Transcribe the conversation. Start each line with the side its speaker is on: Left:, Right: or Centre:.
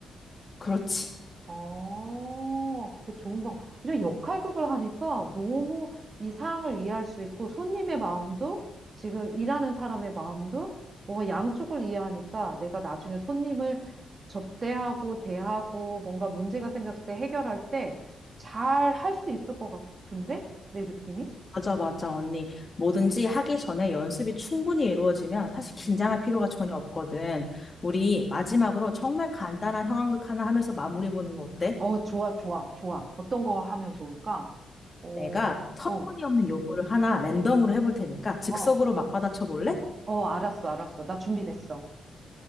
Left: 그렇지.
Right: 어, 그거 좋은 방법. 이런 역할극을 하니까 너무 이 상황을 이해할 수 있고, 손님의 마음도, 지금 일하는 사람의 마음도, 뭔가 양쪽을 이해하니까 내가 나중에 손님을 접대하고, 대하고, 뭔가 문제가 생겼을 때 해결할 때 잘 할 수 있을 것 같은데? 내 느낌이?
Left: 맞아, 맞아, 언니. 뭐든지 하기 전에 연습이 충분히 이루어지면 사실 긴장할
Right: 음.
Left: 필요가 전혀 없거든. 우리 마지막으로 정말 간단한 상황극 하나 하면서 마무리 보는 거 어때?
Right: 어, 좋아, 좋아, 좋아. 어떤 거 하면 좋을까? 어,
Left: 내가 터무니없는
Right: 어,
Left: 요구를 하나 랜덤으로 해볼 테니까 즉석으로
Right: 어,
Left: 맞받아쳐 볼래?
Right: 어, 알았어, 알았어. 나 준비됐어.